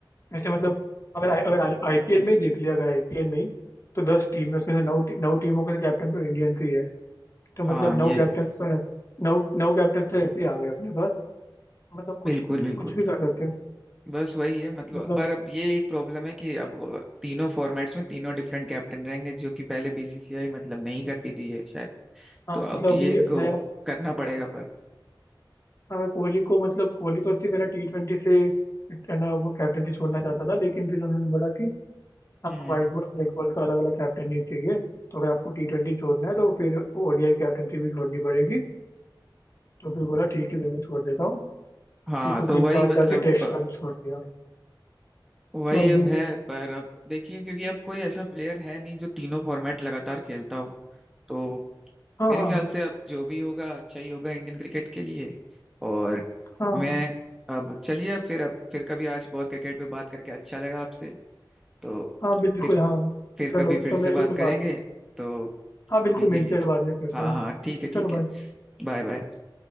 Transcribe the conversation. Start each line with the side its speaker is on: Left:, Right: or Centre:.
Left: ऐसे मतलब अगर आई- अगर आईपीएल में ही देख लिया अगर आईपीएल में ही तो दस टीम है उसमें से नौ टी- नौ टीमों के कैप्टन तो इंडियंस ही है तो
Centre: हाँ
Left: मतलब नौ
Centre: ये
Left: कैप्टन तो ऐसे नौ नौ कैप्टन तो ऐसे ही आ गए अपने पास मतलब कुछ
Centre: बिल्कुल
Left: कुछ
Centre: बिल्कुल
Left: भी कर सकते हैं
Centre: बस वही है मतलब
Left: मतलब
Centre: पर अब ये एक प्रॉब्लम है कि अब अ, तीनों फॉर्मेट्स में तीनों डिफरेंट कैप्टन रहेंगे जो कि पहले बीसीसीआई मतलब नहीं करती थी ये शायद
Left: हाँ
Centre: तो अब
Left: मतलब
Centre: ये
Left: अभी
Centre: इनको
Left: नया
Centre: करना पड़ेगा पर
Left: अगर कोहली को मतलब कोहली तो अच्छी तरह टी ट्वेंटी से है ना वो कैप्टनसी छोड़ना चाहता था लेकिन फिर उन्होंने बोला कि हमको
Centre: हम्म
Left: व्हाइट बॉल और रेड बॉल का अलग अलग कैप्टन नहीं चाहिए तो अगर आपको टी ट्वेंटी छोड़ना है तो फिर ओडीआई कैप्टनसी भी छोड़नी पड़ेगी तो फिर बोला ठीक है दोनों छोड़ देता हूँ
Centre: हाँ
Left: फिर कुछ
Centre: तो
Left: दिन
Centre: वही
Left: बाद
Centre: मतलब
Left: जाके टेस्ट
Centre: अ,
Left: का भी छोड़ दिया
Centre: वही
Left: तो अभी
Centre: अब है पर अब देखिए क्योंकि अब कोई ऐसा प्लेयर है नहीं जो तीनों फॉर्मेट लगातार खेलता हो तो
Left: हाँ
Centre: मेरे
Left: हाँ
Centre: ख्याल से अब जो भी होगा अच्छा ही होगा इंडियन क्रिकेट के लिए और
Left: हाँ हाँ
Centre: मैं अब चलिए अब फिर अब फिर कभी आज बहुत क्रिकेट पे बात करके अच्छा लगा आपसे तो
Left: हाँ बिल्कुल
Centre: फिर
Left: हाँ
Centre: फिर
Left: चलो
Centre: कभी फिर
Left: तो
Centre: से
Left: मेरी
Centre: बात
Left: भी कोई
Centre: करेंगे
Left: बात
Centre: तो
Left: हाँ बिल्कुल
Centre: अभी के
Left: मिलते
Centre: लिए
Left: हैं बाद में फिर से
Centre: हाँ
Left: ना
Centre: हाँ ठीक है ठीक
Left: चलो भाई
Centre: है Bye bye